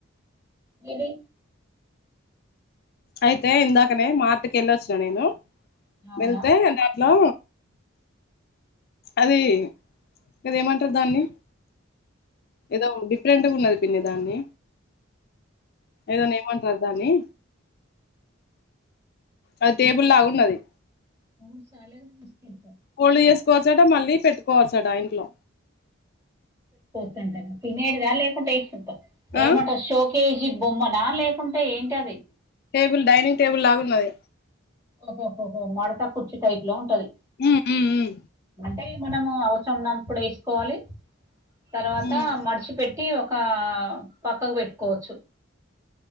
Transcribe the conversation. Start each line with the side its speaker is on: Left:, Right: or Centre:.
Right: మేబి
Left: అయితే ఇందాకనే మార్టకి వెళ్ళొచ్చిన నేను
Right: అవునా
Left: వెళ్తే దాంట్లో అది ఇది ఏమంటారు దాన్ని ఏదో డిఫరెంట్గా ఉన్నది పిన్ని దాన్ని ఏదో నేమ్ అంటారు దాన్ని అది టేబుల్ లాగున్నది
Right: మూడు సెలేడు మిస్ చేసావ్
Left: ఫాల్డ్ చేస్కోవచ్చట మళ్ళీ పెట్టుకోవచ్చాట ఆ ఇంట్లో
Right: టా తినేడిదా లేకుంటే ఏస్కుంటావ్ ఏమంటావ్
Left: ఆ
Right: షోకేస్ ఈ బొమ్మనా లేకుంటే ఏంటి అది
Left: టేబుల్ డైనింగ్ టేబుల్ లాగున్నది
Right: ఓహోహోహో మడతా కుర్చీ టైప్లో ఉంటది
Left: ఉమ్ ఉమ్
Right: అంటే మనము అవసరం ఉన్నపుడు ఏస్కోవాలి తర్వాత
Left: ఉమ్
Right: మడిచిపేట్ టి ఓక పక్కకు పెట్టుకోవచ్చు